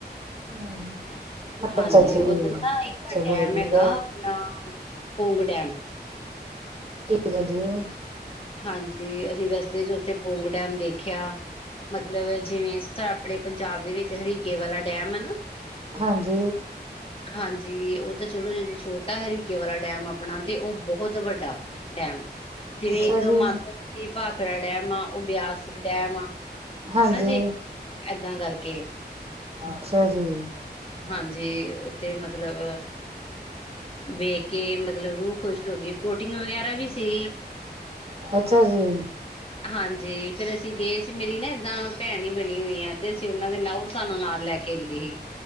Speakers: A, on the right (about 35°); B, on the left (about 30°).
A: <unintelligible>
B: ਹ-ਹਾਂਜੀ।
A: ਅੱਛਾ ਜੀ
B: ਉੱਧਰ ਨਾ ਇੱਕ
A: ਚਲੋ
B: ਡੈਮ
A: ਵਧੀਆ
B: ਹੈਗਾ ਆਪਣਾ-ਅ ਅ-ਪੋਂਗ ਡੈਮ
A: ਠੀਕ ਐ ਜੀ।
B: ਹਾਂਜੀ। ਅਸੀਂ ਰਸਤੇ ਚ ਉੱਥੇ ਪੋਂਗ ਡੈਮ ਦੇ ਖਿਆ ਮਤਲਬ ਜਿਵੇਂ- ਆਪਣੇ ਪੰਜਾਬ ਦੇ ਵਿੱਚ ਹਰੀਕੇ ਵਾਲਾ ਡੈਮ ਐ ਨਾ
A: ਹਾਂਜੀ।
B: <inaudible> ਹਾਂਜੀ, ਉਹ ਤਾਂ ਚਲੋ ਅਜੇੇ ਛੋਟਾ ਹਰੀਕੇ ਵਾਲਾ ਡੈਮ ਆਪਣਾ ਤੇ ਉਹ ਬਹੁਤ ਵੱਡਾ ਡੈਮ। ਜਿਵੇਂ
A: ਅੱਛਾ
B: ਇੱਕ
A: ਜੀ
B: ਮੰਨ ਲੋ ਤੁਸੀਂ ਭਾਖੜਾ ਡੈਮ ਉਹ ਬਿਆਸ ਡੈਮ,
A: ਹਾਂਜੀ
B: ਹਨਾ ਜੀ ਏਦਾਂ ਕਰਕੇ।
A: ਅੱਛਾ ਜੀ।
B: ਹਾਂਜੀ, ਉੱਥੇ ਮਤਲਬ ਦੇਖ ਕੇ ਮਤਲਬ ਰੂਹ ਖੁਸ਼ ਹੋ ਗਈ, ਬ੍ਰੋਟਿੰਗ ਵਗੈਰਾ ਵੀ ਸੀ।
A: ਅੱਛਾ ਜੀ।
B: ਹਾਂਜੀ, ਫੇਰ ਅਸੀਂ ਗਏ ਸੀ ਮੇਰੀ ਨਾ ਏਦਾਂ ਭੈਣ ਈ ਬਣੀ ਹੋਈ ਆ ਤੁਸੀਂ ਮਿਲਨ ਨਾਉ ਸਾਨੂੰ ਨਾਲ ਲੈ ਕੇ ਗਈ।